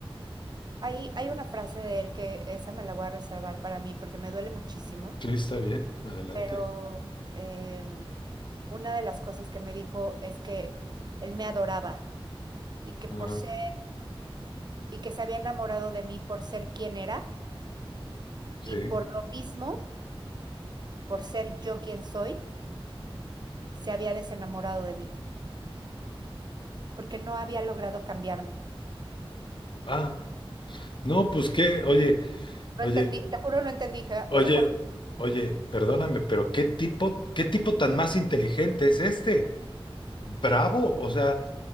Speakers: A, on the right (about 45°); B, on the left (about 55°).
A: Hay, hay una frase de él que esa me la voy a reservar para mí porque me duele muchísimo,
B: Sí, está bien, adelante.
A: pero em, una de las cosas que me dijo es que él me adoraba y que
B: Ajá,
A: por ser, y que se había enamorado de mí por ser quien era
B: sí.
A: y por lo mismo por ser yo quien soy, se había desenamorado de mí, porque no había logrado cambiarme.
B: Ah, no, pues qué, oye,
A: No
B: oye,
A: entendí, te juro, no entendí, dije,
B: oye,
A: o sea, ¿cómo?
B: oye, perdóname, pero qué tipo, qué tipo tan más inteligente es este. Bravo, o sea,